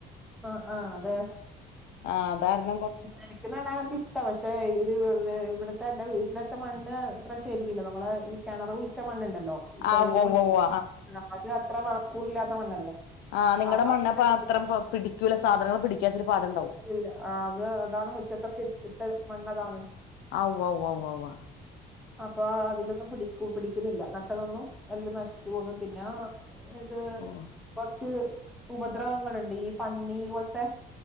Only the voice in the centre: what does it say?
ആഹ് ആഹ് അതേ.
എനിക്ക് നടാനൊക്കിഷ് ട പക്ഷേ, ഇത് ഇ വേ ഇവിടുത്തെ എന്റെ വീട്ടിലേത്തെ മണ്ണ് അത്ര ശരിയില്ല. നമ്മളെ ഇ കെണറ് കുഴിച്ച മണ്ണ്ണ്ടല്ലോ, ചെവിടി
മണ്ണ്
പറയും. ആഹ് അത് അത്ര വളക്കൂറില്ലാത്ത മണ്ണല്ലേ.
അപ്പൊ
അതാ
മുറ്റത്ത്
ഇല്ല, ആഹ് അത് അതാണ് മുറ്റത്തൊക്കെ ഇ ഇട്ടെ മണ്ണതാണ്.
അപ്പാ അതിലൊന്നും പിടിക്കു പിടിക്കുന്നില്ല നട്ടതൊന്നും. എല്ലം നശിച്ച് പോവ്ന്ന്. പിന്നാ ഇത്
കുറച്ച് ഉപദ്രവങ്ങളുണ്ട് ഈ പന്നി പോലത്തെ